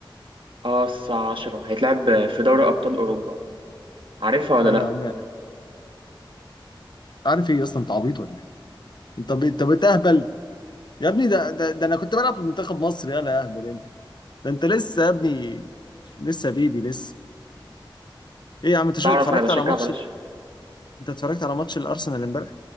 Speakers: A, on the right; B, on the left.
A: اه الساعة 10 هيتلعب في دوري ابطال اوروبا عارفها ولا
B: ايوه
A: لا
B: يا عم عارف ايه اصلا انت عبيط ولا ايه انت ب... انت بتهبل يا ابني ده ده, ده انا كنت بلعب في منتخب مصر يلا يا اهبل انت ده انت لسه يا ابني لسه بيبي لسه ايه يا عم انت شو
A: تعرف
B: اتفرجت
A: انا بشجع
B: على ماتش
A: برشلونة
B: انت اتفرجت على ماتش الارسنال امبارح